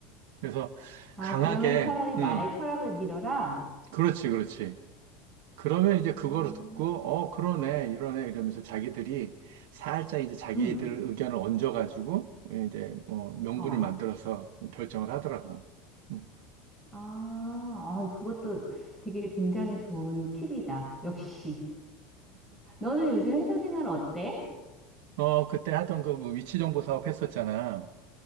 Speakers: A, on the right; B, in the centre.
A: 그래서
B: 아,
A: 강하게,
B: 그러면 차라리 나의
A: 응,
B: 철학을 밀어라.
A: 그렇지, 그렇지. 그러면
B: 어,
A: 이제 그거를 듣고, 어, 그러네, 이러네, 이러면서 자기들이 살짝 이제 자기들
B: 음,
A: 의견을 얹어가지고, 예, 이제 뭐 명분을
B: 어,
A: 만들어서 결정을 하더라고. 응.
B: 아, 아, 그것도 되게 굉장히 좋은 팁이다. 역시. 너는 요즘 회사 생활 어때?
A: 어, 그때 하던 그뭐 위치 정보 사업 했었잖아.